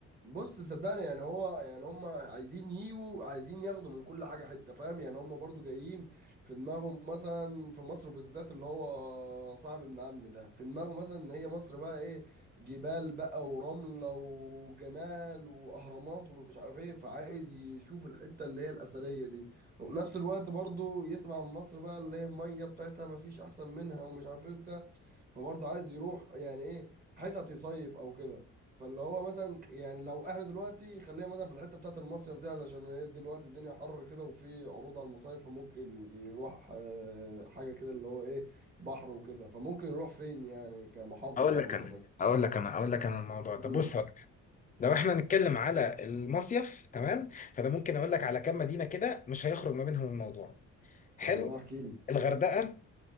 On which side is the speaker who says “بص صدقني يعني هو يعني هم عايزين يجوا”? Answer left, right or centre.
Right